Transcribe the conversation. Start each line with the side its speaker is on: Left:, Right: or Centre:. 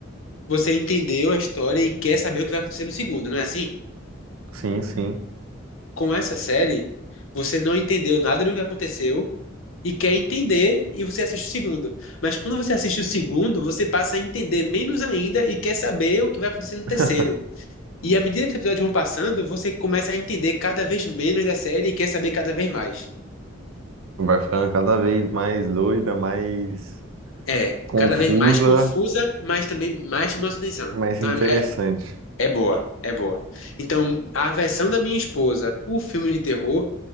Left: Você entendeu a história e quer saber o que vai acontecer no segundo, não é assim?
Right: Sim, sim.
Left: Com essa série, você não entendeu nada do que aconteceu e quer entender e você assiste o segundo. Mas quando você assiste o segundo, você passa a entender menos ainda e quer saber o que vai acontecer no terceiro.
Right: <laughs>
Left: E à medida que os episódios vão passando, você começa a entender cada vez menos da série e quer saber cada vez mais.
Right: Vai ficando cada vez mais doida, mais
Left: É,
Right: confusa,
Left: cada vez mais confusa, mas também mais chama sua atenção.
Right: mais
Left: Então
Right: interessante.
Left: é, é é boa, é boa. Então, a versão da minha esposa por filme de terror